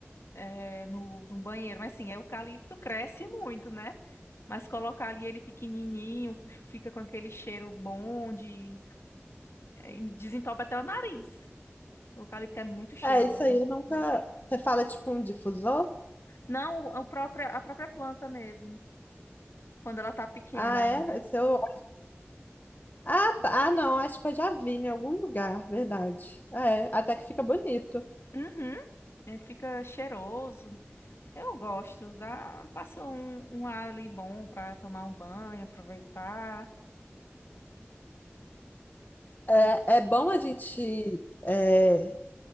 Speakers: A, on the left; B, on the left.
A: eh, no, no banheiro. Mas assim, eucalipto cresce muito, né? Mas colocar ali ele pequenininho, fica com aquele cheiro bom de É, Desentope até o nariz. O eucalipto é muito cheiroso.
B: É, isso aí eu nunca. Você fala tipo um difusor?
A: Não, o- o próprio- a própria planta mesmo, quando ela tá pequena
B: Ah,
A: ainda.
B: é? Esse eu... Ah, tá. Ah, não, acho que eu já vi em algum lugar, verdade. Ah É, até que fica bonito.
A: Uhum. É, fica cheiroso. Eu gosto, dá, passa um, um ar ali bom pra tomar um banho, aproveitar.
B: É,
A: E
B: é bom a gente. é,